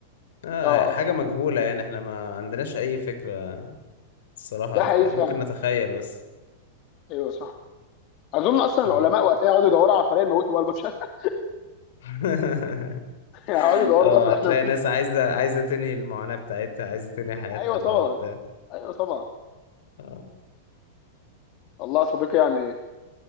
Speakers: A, on the left (about 60°); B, on the left (about 40°).
A: آه
B: اه اه
A: حاجة مجهولة يعني احنا ما عندناش اي فكرة الصراحة
B: ده
A: هتبقى
B: حقيقي فعلا
A: ممكن نتخيل بس
B: ايوه صح اظن اصلا العلماء
A: آه.
B: وقتها يقعدوا يدوروا على طريقه يموتوا بقى البشر <laughs>
A: <laughs>
B: يعني يقعدوا يدوروا
A: اه
B: بقى طب
A: هتلاقي
B: احنا
A: ناس
B: مين؟
A: عايزة عايزة تنهي المعاناة بتاعتها عايزة تنهي حياتها
B: ايوه
A: بقى
B: طبعا
A: وبتاع
B: ايوه طبعا
A: اه
B: والله يا صديقي يعني